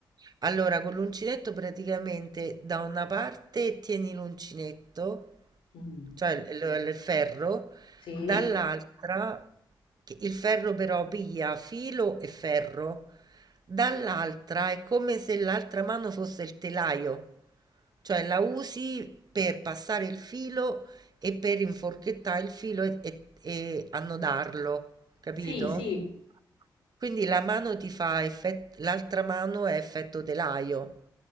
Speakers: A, on the right; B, on the left.
A: Allora, con l'uncinetto praticamente da una parte tieni l'uncinetto,
B: Mm.
A: cioè il, il- il ferro,
B: Sì?
A: dall'altra, che il ferro però piglia filo e ferro, dall'altra è come se l'altra mano fosse il telaio, cioè la usi per passare il filo e per inforchettare il filo e, e e annodarlo, capito?
B: Sì, sì.
A: Quindi la mano ti fa effetto, l'altra mano è effetto telaio,